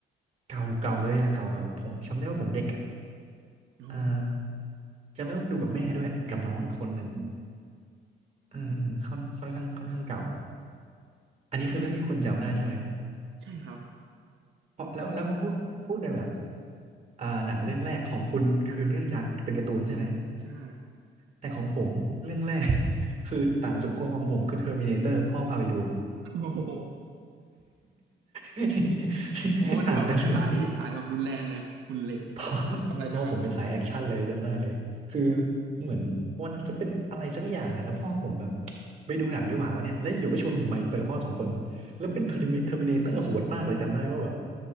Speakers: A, on the right; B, on the right.
A: เก่าเก่าเลยอะเก่าแบบผมจำได้ว่าผมเด็กอะ
B: อ๋อ
A: อ่าจำได้ว่าดูกับแม่ด้วยกับน้องอีกคนหนึ่งอืมอืมค่อนค่อนข้างค่อนข้างเก่าอันนี้คือเรื่องที่คุณจำได้ใช่ไหม
B: ใช่ครับ
A: เพราะแล้วแล้วพอพูดพูดในแบบอ่าหนังเรื่องแรกของคุณคือเรื่องยักษ์เป็นการ์ตูนใช่ไหม
B: ใช่
A: แต่ของผมเรื่องแรก <laughs> คือต่างสุดขั้วของผมคือเทอร์มินาเตอร์พ่อพาไปดู
B: <laughs> โอ้โห
A: <laughs>
B: โอ้นี่แบบสายสายแบบรุนแรงเลยหุ่นเหล็ก
A: ต่างกันแบบ <laughs> พ่อ
B: ทำลายล้าง
A: พ่อผมเป็นสายแอคชั่นเลยจำได้เลยคือเหมือนวันนั้นจะเป็นอะไรสักอย่างอะแล้วพ่อผมแบบไปดูหนังดีกว่าวันเนี้ยแล้วอยู่ก็ชวนผมไปไปกับพ่อสองคนแล้วเป็นเทอร์มิเนเตอร์โหดมากเลยจำได้ว่าแบบ
B: อ๋อ